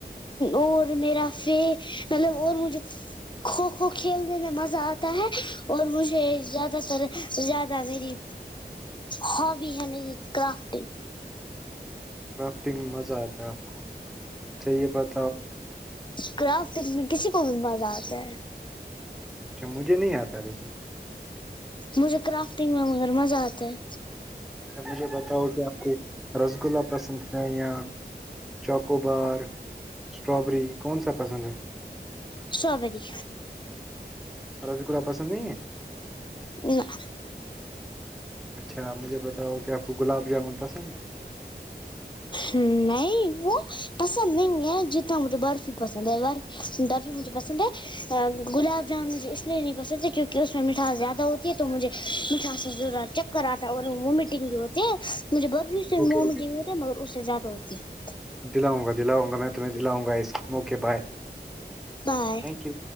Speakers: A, on the left; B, in the centre.
A: اور میرا مطلب اور مجھے کھوکھو کھیلنے میں مزہ آتا ہے اور مجھے زیادہ تر زیادہ میری ہابی ہے میری کرافٹنگ
B: کرافٹنگ میں مزہ آتا ہے آپ کو اچھا یہ بات
A: کرافٹ دنے میں کسی کو بھی مزہ آتا ہے
B: اچھا مجھے نہیں آتا لیکن
A: مجھے کرافٹنگ میں مگر مزہ آتا ہے
B: اچھا مجھے بتاؤ کہ آپ کو رسگلا پسند ہے یا چوکو بار اسٹرابری کون سا پسند ہے
A: سٹرابری
B: رسگولا پسند نہیں ہے
A: نہیں
B: اچھا مجھے بتاؤ کہ آپ کو گلاب جامن پسند ہے
A: نہیں وہ پسند نہیں ہے جتنا مجھے برفی پسند ہے برفی درف مجھے پسند ہے گلاب جامن مجھے اس لیے نہیں پسند ہے کیونکہ اس میں مٹھاس زیادہ ہوتی ہے تو مجھے مٹھا سے ضرور کر آتا ہے اور ومیٹنگ بھی ہوتی ہے مجھے برفی سے
B: اوکے
A: ومیٹنگ
B: اوکے
A: ہوتی ہے مگر اس سے زیادہ ہوتی ہے
B: دلاؤں گا دلاؤںا میں تمہیں دلاؤںا اسوے بائے
A: بائے
B: تھینک یو